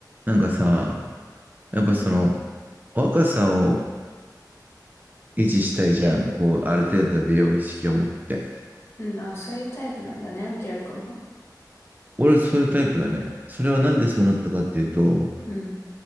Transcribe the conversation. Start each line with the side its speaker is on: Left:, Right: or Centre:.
Right: なんかさ、やっぱその
Left: うん。
Right: 若さを維持したいじゃん。こう、ある程度美容意識を持って。
Left: うん。あ、そういうタイプなんだね、あきらくんは。
Right: 俺そういうタイプだね。それはなんでそうなったかっていうと、も
Left: うん。